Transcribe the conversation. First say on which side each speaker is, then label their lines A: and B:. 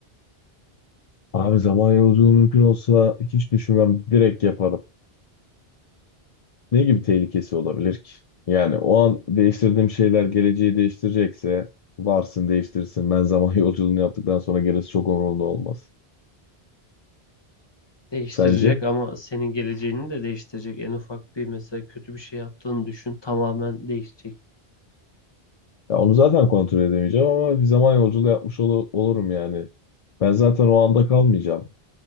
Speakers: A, on the left; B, on the left.
A: Abi zaman yolculuğu mümkün olsa hiç düşünmem. Direkt yaparım. ne gibi tehlikesi olabilir ki? Yani o an değiştirdiğim şeyler geleceği değiştirecekse varsın değiştirsin. Ben zaman <laughs> yolculuğunu yaptıktan sonra gerisi çok umurumda olmaz.
B: Değiştirecek
A: Sence?
B: ama senin geleceğini de değiştirecek. En ufak bir mesela kötü bir şey yaptığını düşün tamamen değişecek.
A: Ya onu zaten kontrol edemeyeceğim ama bir zaman yolculuğu yapmış ol- olurum yani. Ben zaten o anda kalmayacağım.